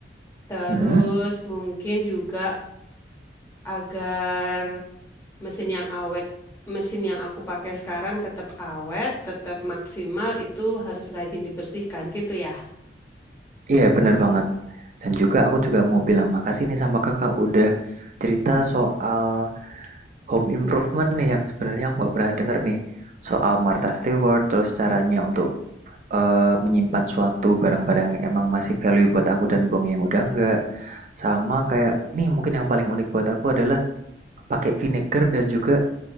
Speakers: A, on the left; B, on the right.
A: Terus
B: mm
A: mungkin juga agar mesin yang awet, mesin yang aku pakai sekarang tetap awet, tetap maksimal itu harus rajin dibersihkan gitu ya.
B: Iya bener banget. Dan juga aku juga mau bilang makasih nih sama kakak udah cerita soal Home Improvement nih yang sebenarnya aku nggak pernah denger nih soal Martha Stewart, terus caranya untuk eh, menyimpan suatu barang-barang yang emang masih value buat aku dan buang yang udah enggak. Sama kayak nih mungkin yang paling unik buat aku adalah pakai vinegar dan juga